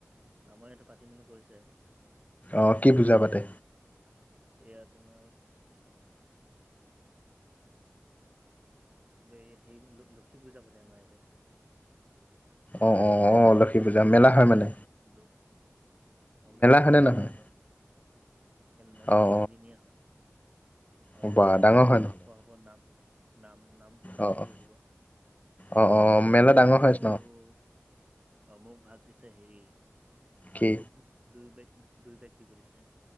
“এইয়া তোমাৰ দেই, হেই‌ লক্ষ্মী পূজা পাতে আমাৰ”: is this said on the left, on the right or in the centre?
Right